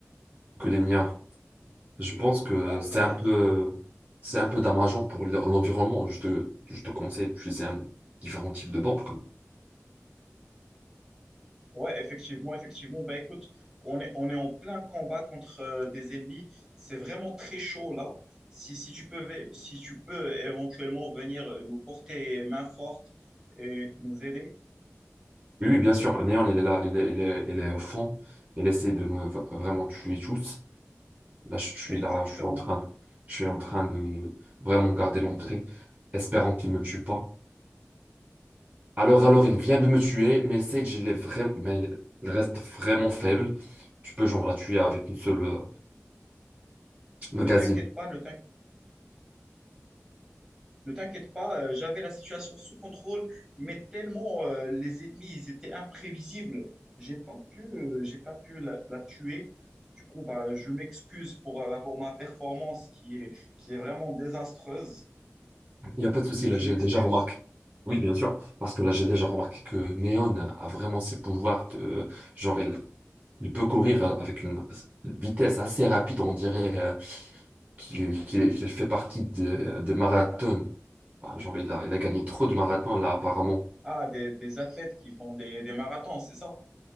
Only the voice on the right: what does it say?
que les miens. Je pense que
c'est un peu, c'est un peu dommageant pour l'environnement. Je te, je te conseille d'utiliser un différent type de bombes
Oui, oui, bien sûr. Néon, il est là, il est, il est, il est au fond. Il essaie de me v- vraiment tuer tous. Là, je suis
là, je suis en train, je suis en train de vraiment garder l'entrée, espérant qu'il me tue pas. Alors, alors, il vient de me tuer, mais Sage, il est vraiment, mais il reste vraiment faible. Tu peux genre la tuer avec une seule euh, magazine.
Il n'y a pas
de souci, là,
j'ai
déjà remarqué. Oui, bien sûr, parce que là, j'ai déjà remarqué que Neon a vraiment ses pouvoirs de... Genre, il, il peut courir euh, avec une vitesse assez rapide, on dirait euh, qu'il qu'il- qu'il fait partie des des marathons. Ah, Genre, il a, il a gagné trop de marathons, là, apparemment.